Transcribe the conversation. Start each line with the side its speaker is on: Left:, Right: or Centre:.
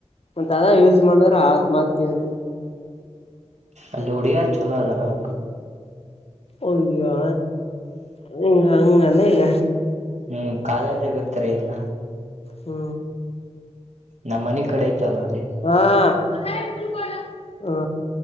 Left: ಮತ್ತತ್ ಅದ ಯೂಸ್ ಮಾಡಿದ್ರ ಆತ್ ಮಾಡ್ತವನೆ
Right: ಅಲ್ಲಿ ಉಡಿಯಾರ್ ಚೊಲೋ ಅದ ನ ಅವ
Left: ಒಯಾ ಹ ಹಂಗ ಈಗ
Right: ಹ್ಮ್ ಕಾಲೇಜ್ ಆಗತ್ತರಿ ಇಲ್ಲ
Left: ಹ್ಮ್
Right: ನಮ್ಮ ಮನೆ ಕಡೆ ಆಯ್ತಲ್ಲ ಅಲ್ಲಿ
Left: ಹಾ ಹ್ಮ